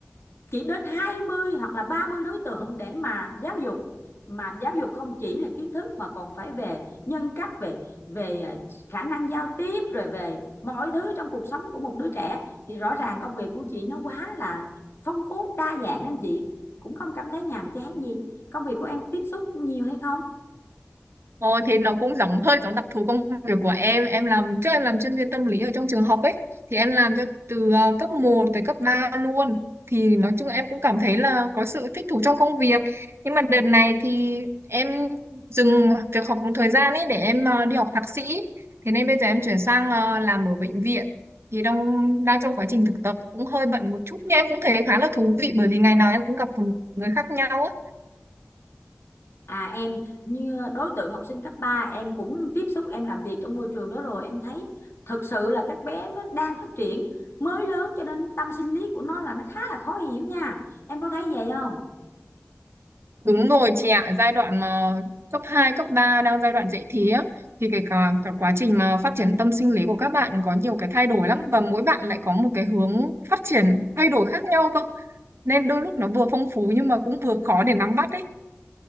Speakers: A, on the left; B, on the right.
A: chỉ đến 20 hoặc là 30 đối tượng để mà giáo dục mà giáo dục không chỉ là kiến thức mà còn phải về nhân cách về về à, khả năng giao tiếp rồi về mọi thứ trong cuộc sống của một đứa trẻ thì rõ ràng công việc của chị nó quá là phong phú đa dạng nên chị cũng không cảm thấy nhàm chán gì công việc của em tiếp xúc nhiều hay không
B: Ồ, thế nó cũng giống hơi giống đặc thù công việc của em em làm trước em làm chuyên viên tâm lý ở trong trường học ấy thì em làm cho từ ờ, cấp một tới cấp 3 luôn thì nói chung em cũng cảm thấy là có sự thích thú trong công việc nhưng mà đợt này thì em dừng việc học một thời gian ấy để em ờ, đi học thạc sĩ thế nên bây giờ em chuyển sang ờ, làm ở bệnh viện thì đang đang trong quá trình thực tập cũng hơi bận một chút nhưng em cũng thấy khá là thú vị bởi vì ngày nào em cũng gặp một người khác nhau á
A: À em như đối tượng học sinh cấp 3 em cũng tiếp xúc em làm việc trong môi trường đó rồi em thấy thực sự là các bé nó đang phát triển mới lớn cho nên tâm sinh lý của nó là nó khá là khó hiểu nha em có thấy vậy không
B: Đúng rồi chị ạ, giai đoạn mà cấp 2 cấp 3 đang giai đoạn dậy thì á, thì cái cả, cả quá trình mà phát triển tâm sinh lý của các bạn có nhiều cái thay đổi lắm và mỗi bạn lại có một cái hướng phát triển thay đổi khác nhau cơ. Nên đôi lúc nó vừa phong phú nhưng mà cũng vừa khó để nắm bắt ấy.